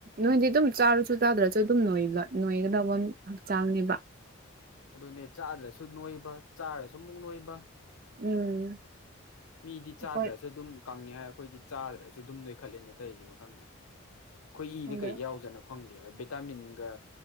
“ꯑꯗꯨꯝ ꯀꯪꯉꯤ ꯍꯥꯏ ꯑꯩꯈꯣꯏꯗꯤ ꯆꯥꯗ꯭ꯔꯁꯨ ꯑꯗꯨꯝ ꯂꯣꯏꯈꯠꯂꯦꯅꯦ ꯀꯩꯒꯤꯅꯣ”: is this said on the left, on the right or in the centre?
Left